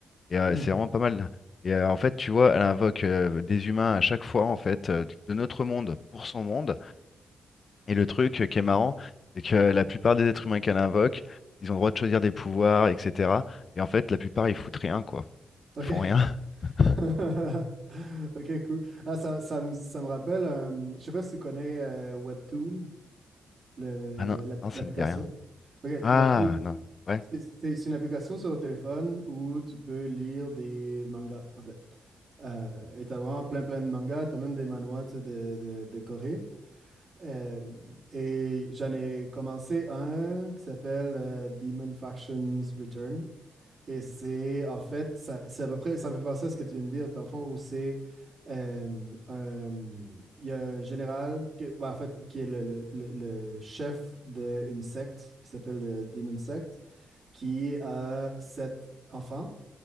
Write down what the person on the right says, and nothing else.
Hmm.
OK.
<laughs> OK, cool. Ah, ça, ça me, ça me rappelle, euh, je sais pas si tu connais euh, Webtoon, le-
l'app-
l'application.
OK,
Webtoon.
C'est c'est- c'est une application sur le téléphone où tu peux lire des mangas, en fait. Euh, et t'as vraiment plein, plein de mangas. T'as même des manhwas, tu sais, de, de, de Corée. Euh, et j'en ai commencé un qui s'appelle euh, Demon Factions Return. Et c'est, en fait, ça- c'est à peu près, ça me fait penser à ce que tu viens de dire, dans le fond, où c'est euh, un- il y a un général, que- ben, en fait, qui est le, le- le- le chef d'une secte qui s'appelle le Demon Sect qui a sept enfants.